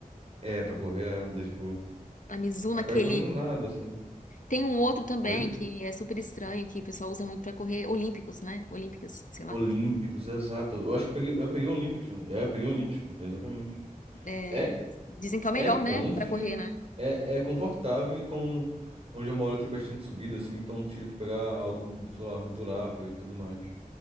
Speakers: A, on the right; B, on the left.
A: É, pra correr, daí, tipo.
B: A Mizuno,
A: Acabei
B: aquele.
A: pegando nada, sabe?
B: Tem um outro também
A: Oi?
B: que é super estranho, que o pessoal usa muito pra correr olímpicos, né? Olímpicas, sei lá.
A: Olímpicos, exato. Eu acho que eu peguei, eu peguei Olímpicos. É, eu peguei Olímpico, exatamente.
B: É,
A: É,
B: dizem que é o melhor,
A: é conf,
B: né? Pra correr, né?
A: é, é confortável e com. Onde eu moro tem bastante subida, assim, então tive que pegar algo, sei lá, durável e tudo mais.